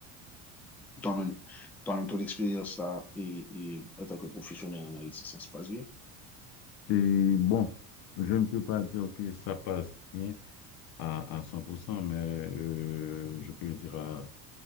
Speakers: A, in the centre; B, on the left (about 55°).
A: Toi-même, toi-même, ton expérience là et, et en tant que professionnel en Haïti, ça se passe bien.
B: Et bon, je ne peux pas dire que ça passe bien à, à 100% mais euh, je peux dire à